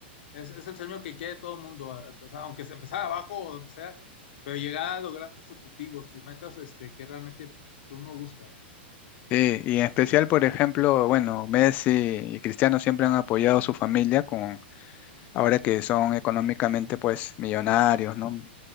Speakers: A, on the left (about 65°); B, on the left (about 25°).
A: es, es el sueño que quiere todo el mundo, a- empezar, aunque sea empezar abajo o donde sea, pero llegar a lograr tus objetivos, tus metas, este, que realmente que uno busca. ¿verdad?
B: Sí, y en especial, por ejemplo, bueno, Messi y Cristiano siempre han apoyado a su familia con, ahora que son económicamente, pues, millonarios, ¿no?